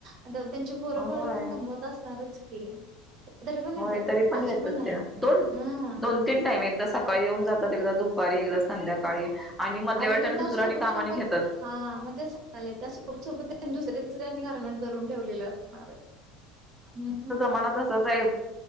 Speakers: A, on the right (about 45°); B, in the centre.
A: आता त्यांची पोरबाळ
B: होय
A: पण कमवत असणारच की. तरी पण
B: होय
A: येतात
B: तरी पण
A: असे
B: येतात त्या
A: आहेत
B: दोन
A: हा
B: दोन तीन टाईम एकदा सकाळी येऊन जातात एकदा दुपारी एकदा संध्याकाळी. आणि मधल्या
A: अगं
B: वेळी
A: पण
B: त्यांनी
A: त्या
B: दुसरे
A: सोबत
B: आनी काम
A: सोबत
B: घेतात.
A: हा मग ते <unintelligible> खूप सोपत दुसऱ्या तुसऱ्यांनी गारमेंट करून ठेवलेलं असणार आहे हम्म.
B: मला तसचय.